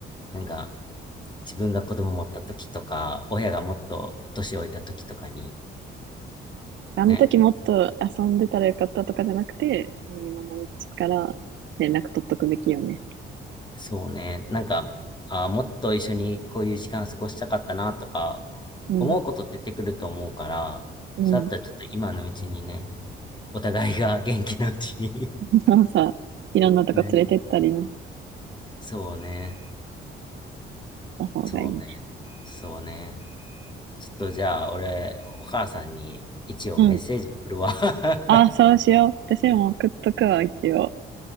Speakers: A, on the left; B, on the right.
A: なんか、自分が子供持った時とか、親がもっと年老いた時とかに、
B: あの時もっと遊んでたらよかったとかじゃなくて、
A: ね、
B: もう今のうちから連絡取っとくべきよね。
A: そうね、なんか、あーもっと一緒にこういう時間過ごしたかったなとか、
B: うん、
A: 思うこと出てくると思うから、
B: うん。
A: そうだったらちょっと今のうちにね、
B: <laughs>
A: お互いが元気なうちに
B: でもさ、いろんなとこ連れてったりなっ
A: <laughs> ね、そうね、
B: た方がいいね。
A: そうね、そうね。ちょっとじゃあ、俺、お母さんに一応メッセージ送るわ。
B: うん。
A: <laughs>
B: ああ、そうしよう。私も送っとくわ、一応。